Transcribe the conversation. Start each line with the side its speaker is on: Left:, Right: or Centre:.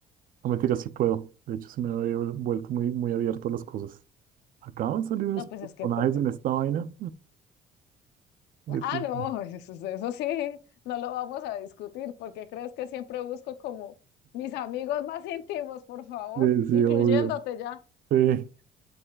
Right: No, mentira, sí puedo. De hecho, se me había vuel- vuelto muy, muy abierto a las cosas. Acaban de salir unos
Left: No, pues
Right: personajes
Left: es que toca.
Right: en esta vaina. <laughs> Sí,
Left: Ah,
Right: sí,
Left: no, <laughs> eso, eso sí, no lo vamos a discutir porque crees que siempre busco como mis amigos más íntimos, por favor,
Right: Sí, <laughs> sí,
Left: incluyéndote
Right: obvio.
Left: ya.
Right: Sí,